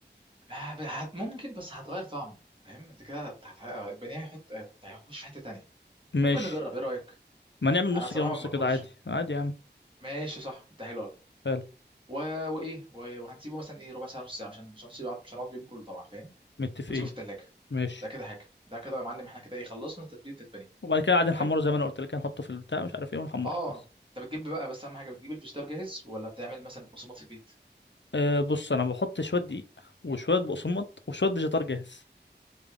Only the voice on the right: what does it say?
ما ب- هت- ممكن بس هتغير طعم فاهم انت كده هت- هت- البانيه هيحط هيخش في حته تانية
ممكن نجرب ايه رايك
انا صراحه
ما
باكلوش
ماشي صح انت حلو قوي
و... وايه و... وهنسيبه مثلا ايه ربع ساعه نص ساعه عشان عشان نسيبه مش هنقعد اليوم كله طبعا فاهم
وتسيبه في الثلاجه
ده كده حاجه ده كده يا معلم احنا كده ايه خلصنا تتبيله البانيه
حلو
اه
انت بتجيب بقى بس اهم حاجه بتجيب الفشدار جاهز ولا بتعمل مثلا البقسماط في البيت